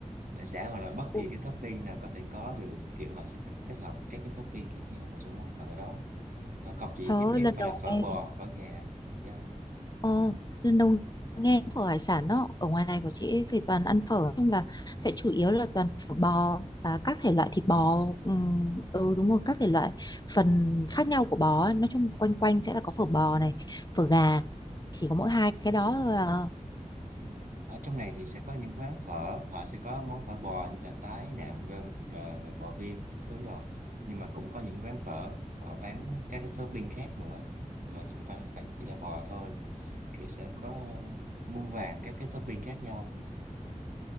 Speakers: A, on the right (about 80°); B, on the left (about 30°).
A: hải sản hoặc là bất
B: Ui,
A: kỳ cái topping nào có thể có được kiểu họ sẽ kết hợp các cái topping khác nhau vào trong món phở đó nó không chỉ
B: trời ơi,
A: nhất thiết
B: lần
A: phải
B: đầu
A: là phở
B: nghe
A: bò phở gà yeah.
B: Ồ, lần đầu nghe phở hải sản đó ở ngoài này của chị thì toàn ăn phở nói chung là sẽ chủ yếu là toàn phở bò và các thể loại thịt bò Ừm, ừ đúng rồi các thể loại phần khác nhau của bò ấy. nói chung quanh quanh sẽ là có phở bò này phở gà chỉ có mỗi hai cái đó thôi à
A: Ừ. Ở trong này thì sẽ có những quán phở, họ sẽ có món phở bò như là tái, nạm, gân, rồi bò viên, các thứ đồ. Nhưng mà cũng có những quán phở, họ bán các cái topping khác nữa. Mà chỉ không phải là phải chỉ là bò thôi. Kiểu sẽ có muôn vàn các cái topping khác nhau.